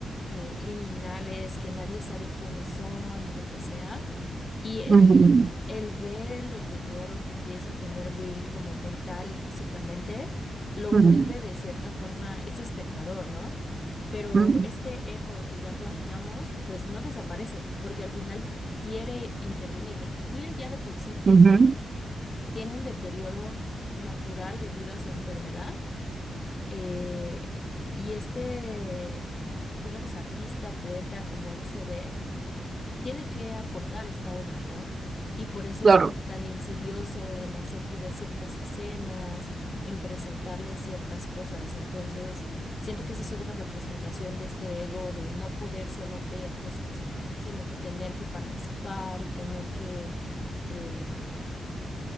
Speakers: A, on the left; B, on the right.
A: eh, criminales que nadie sabe quiénes son y lo que sea, y el,
B: ujú,
A: el ver el deterioro que empieza a tener Will como mental y físicamente, lo
B: ujú,
A: vuelve de cierta forma este espectador, ¿no? Pero
B: ujú,
A: este ego que ya planteamos, pues no desaparece, porque al final quiere intervenir, de que Will ya de por sí tiene
B: ujú,
A: tiene un deterioro natural debido a su enfermedad. eh, y este, digamos, artista, poeta, como él se ve, tiene que aportar esta obra, ¿no? Y por eso
B: Claro.
A: es como tan insidioso en hacer que vea ciertas escenas, en presentarle ciertas cosas. Entonces, siento que esa es otra representación de este ego de no poder solo ver cosas, sino que tener que participar y tener que... em,